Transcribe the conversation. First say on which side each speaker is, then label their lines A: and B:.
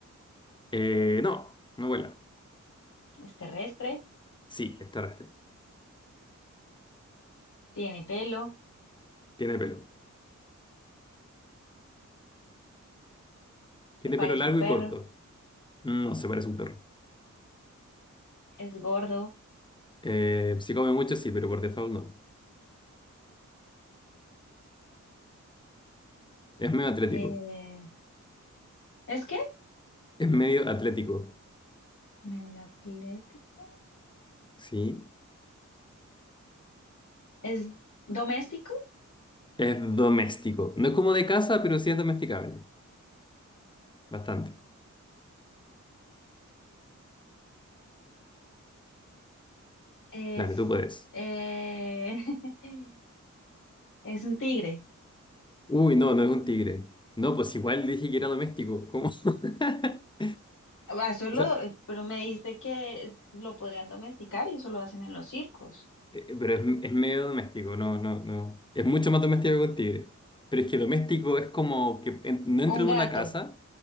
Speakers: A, on the left (about 15°); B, on the left (about 75°).
A: Eh, no, no vuela.
B: es terrestre,
A: Sí, es terrestre.
B: tiene pelo,
A: Tiene pelo.
B: se
A: Tiene
B: parece
A: pelo largo
B: a un perro.
A: y corto. No se parece a un perro.
B: es gordo.
A: Eh, si come mucho, sí, pero por default no. Es medio atlético.
B: eh, ¿es qué?
A: Es medio atlético.
B: Medio atlético.
A: Sí.
B: Es doméstico.
A: Es doméstico. No es como de casa, pero sí es domesticable. Bastante.
B: Es,
A: Dale, tú puedes.
B: eh, <laughs> es un tigre.
A: Uy, no, no es un tigre. No, pues igual dije que era doméstico. ¿Cómo? <laughs>
B: Ah, solo,
A: O sea,
B: pero me dijiste que lo podían domesticar y eso lo hacen en los circos.
A: eh, eh, pero es, es medio doméstico, no, no, no. Es mucho más doméstico que un tigre. Pero es que doméstico es como que en- no entra
B: Un
A: en
B: gato.
A: una casa.